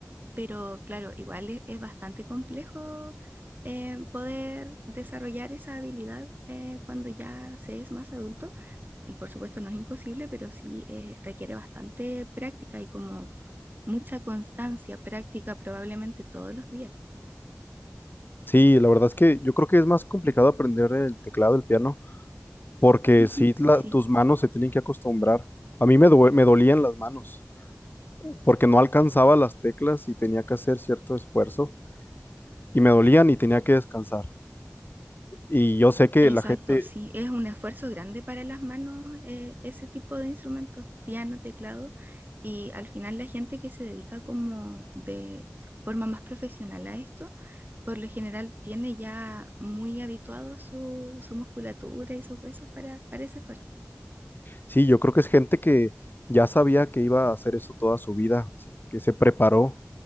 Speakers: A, on the right; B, on the left.
A: Pero claro, igual es, es bastante complejo eh, poder desarrollar esa habilidad eh, cuando ya se es más adulto. Por supuesto, no es imposible, pero sí eh, requiere bastante práctica y como mucha constancia, práctica probablemente todos los días.
B: Sí, la verdad es que yo creo que es más complicado aprender el teclado, el piano, Porque
A: Ujú,
B: sí, la-
A: sí.
B: tus manos se tienen que acostumbrar. A mí me, due- me dolían las manos, porque no alcanzaba las teclas y tenía que hacer cierto esfuerzo, y me dolían y tenía que descansar. Y yo sé que
A: Exacto,
B: la gente,
A: sí, es un esfuerzo grande para las manos eh, ese tipo de instrumentos, piano, teclado, y al final la gente que se dedica como de forma más profesional a esto, por lo general tiene ya muy habituado su, su musculatura y sus huesos para, para ese esfuerzo.
B: sí, yo creo que es gente que ya sabía que iba a hacer eso toda su vida, o sea, que se preparó,